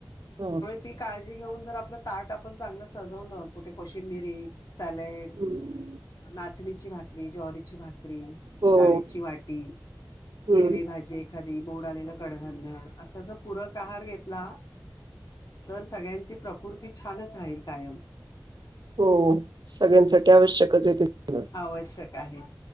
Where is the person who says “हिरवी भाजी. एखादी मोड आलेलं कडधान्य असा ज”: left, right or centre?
Left